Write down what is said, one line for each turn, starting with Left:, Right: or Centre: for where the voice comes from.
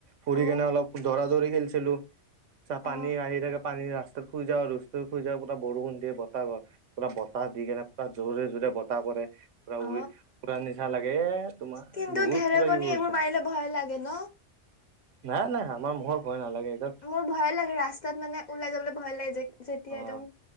Right: ফুৰি
Left: অ
Right: কেনে অলপ দৌৰা দৌৰি খেলিছিলো ছা
Left: অ
Right: পানী আহি থাকে পানী ৰাস্তাত শুই যাওঁ আৰু শুই যাও পুৰা বৰষুণ দিয়ে বতাহ পুৰা বতাহ দি কেনে পুৰা জোৰে জোৰে বতাহ পৰে পুৰা
Left: অ
Right: উৰি উৰাৰ নিচিনা লাগে এ তোমাৰ
Left: কিন্তু
Right: বহুত
Left: ঢেৰেকণী
Right: কিবা কিবি কৰিছো
Left: এইবোৰ মাৰিলে ভয় লাগে ন
Right: নাই নাই আমাৰ ম ভয় নালাগে ইতা
Left: মোৰ ভয় লাগে ৰাস্তাত মানে ওলাই যাবলৈ ভয় লাগে যে যেতিয়া
Right: অ
Left: একদম